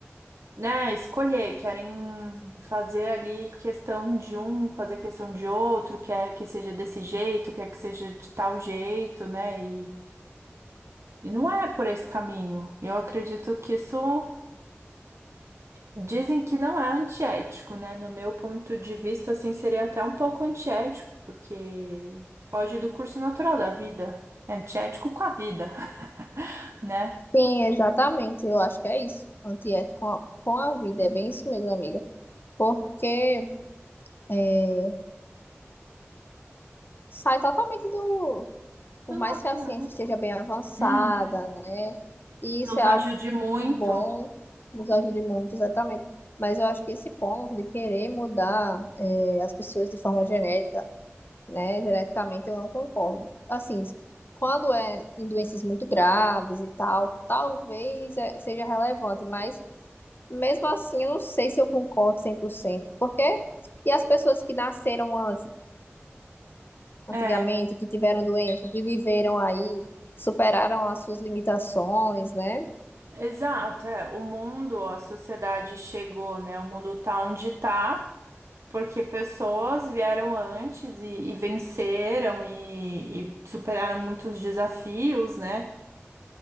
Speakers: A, on the right; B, on the left.
A: né, escolher, querem fazer ali questão de um, fazer questão de outro, quer que seja desse jeito, quer que seja de tal jeito, né? E, e não é por esse caminho. Eu acredito que isso. Dizem que não é antiético, né? No meu ponto de vista, assim, seria até um pouco antiético, porque foge do curso natural da vida. É antiético com a vida, <laughs> né?
B: Sim, exatamente. Eu acho que é isso. Antiético com a, com a vida. É bem isso mesmo, amiga. Porque é, sai totalmente do. Por
A: Do
B: mais
A: natural.
B: que a ciência esteja bem avançada,
A: Uhum.
B: né? E isso
A: Nos
B: é
A: ajude
B: algo
A: muito.
B: bom, nos ajude muito, exatamente. Mas eu acho que esse ponto de querer mudar é, as pessoas de forma genética. né? Geneticamente eu não concordo. Assim, quando é em doenças muito graves e tal, talvez eh, seja relevante, mas mesmo assim eu não sei se eu concordo 100% porque e as pessoas que nasceram antes, antigamente,
A: É,
B: que tiveram doença, que viveram aí, superaram as suas limitações, né?
A: exato. É. O mundo, a sociedade chegou, né? O mundo tá onde tá, porque pessoas vieram antes e, e venceram e e superaram muitos desafios, né?